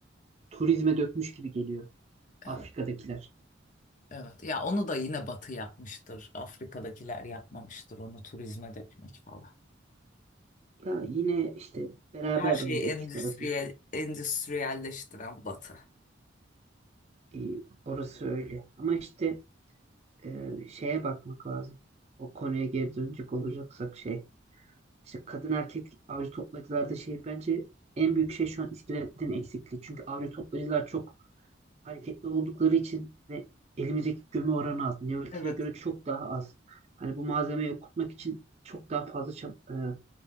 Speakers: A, on the right (about 35°); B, on the left (about 40°).
A: Turizme dökmüş gibi geliyor
B: Evet,
A: Afrika'dakiler.
B: evet. Ya onu da yine Batı yapmıştır. Afrika'dakiler yapmamıştır onu turizme dökmek falan.
A: Ya yine işte beraber
B: Her şeyi
A: bence
B: endüstriyel,
A: iki tarafın.
B: endüstriyelleştiren Batı.
A: Ee, orası öyle. Ama işte e, şeye bakmak lazım. O konuya geri dönecek olacaksak şey. İşte kadın erkek avcı toplayıcılarda şey bence en büyük şey şu an iskeletin eksikliği. Çünkü avcı toplayıcılar çok hareketli oldukları için ve elimizdeki gömü oranı az. Neolitik'e
B: Evet.
A: göre çok daha az. Hani bu malzemeyi okutmak için çok daha fazla çab- e,